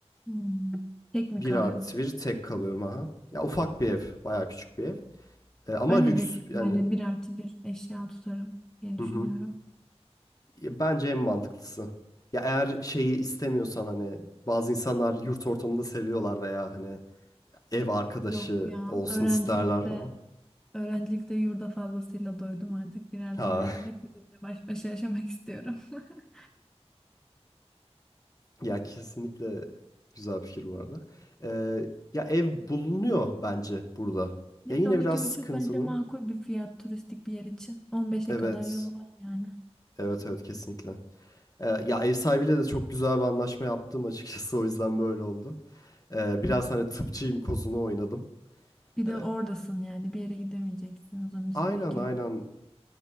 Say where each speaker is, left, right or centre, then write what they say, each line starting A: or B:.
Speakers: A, in the centre; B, on the left (about 35°).
A: Hmm. Tek mi
B: Bir
A: kalıyorsun?
B: artı bir tek kalıyorum aha. Ya ufak bir ev, bayağı küçük bir ev. Eee, ama
A: Ben
B: lüks
A: de büyük ihtimalle
B: yani.
A: bir artı bir eşya tutarım diye
B: Hı
A: düşünüyorum.
B: hı. Ya Bence en mantıklısı. Ya eğer şeyi istemiyorsan hani bazı insanlar yurt ortamında seviyorlar veya hani ev arkadaşı
A: Yok ya,
B: olsun
A: öğrencilikte
B: isterler falan.
A: öğrencilikte yurda fazlasıyla doydum artık. Bir artı
B: Ha
A: bir evimde kendimle baş başa yaşamak istiyorum. <laughs>
B: <laughs> ya kesinlikle güzel bir fikir bu arada. Ee, ya ev bulunuyor bence burada.
A: Yani
B: Ya yine
A: 12,5
B: biraz sıkıntılı.
A: bence makul bir fiyat turistik bir yer için. 15'e
B: Evet.
A: kadar yolu var yani.
B: Evet evet kesinlikle. Ee, ya ev sahibiyle de çok güzel bir anlaşma yaptım açıkçası o yüzden böyle oldu. Ee,
A: Hmm.
B: biraz hani tıpçıyım kozunu oynadım.
A: Bir
B: Ee,
A: de oradasın yani bir yere gidemeyeceksin uzun bir
B: aynen
A: süre iki
B: aynen
A: üç.